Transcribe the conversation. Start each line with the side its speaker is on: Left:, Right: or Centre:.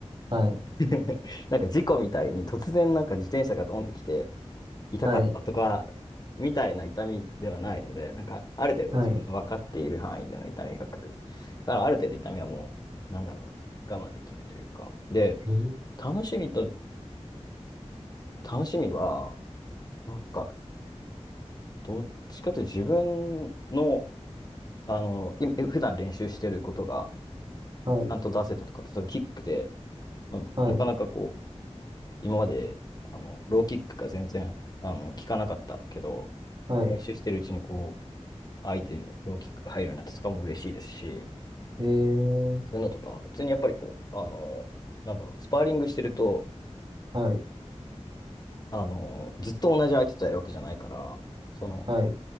Right: はい。
Left: <laughs> なんか事故みたいに突然なんか自転車がドンってきて、痛かったとか、
Right: はい。
Left: みたいな痛みではないので、なんか、ある程度自分の分かっている範囲での痛みが来る。
Right: はい。
Left: だから、ある程度痛みはもう、なんだろうな、我慢できるというか。で、
Right: えー
Left: 楽しみと、楽しみは、なんか、どっちかというと自分の、あの、い普段練習してることが、
Right: はい。
Left: ちゃんと出せたとか、例えばキックで、まあなかなかこう、
Right: はい。
Left: 今まで、あの、ローキックが全然、あの、効かなかったけど、
Right: はい。
Left: 練習してるうちにこう、相手にローキックが入るようになったとかも嬉しいですし、
Right: えー。
Left: そういうのとか、普通にやっぱりこう、あの、なんだろう、スパーリングしてると、
Right: はい。
Left: あの、ずっと同じ相手とやるわけじゃないから、その、
Right: はい。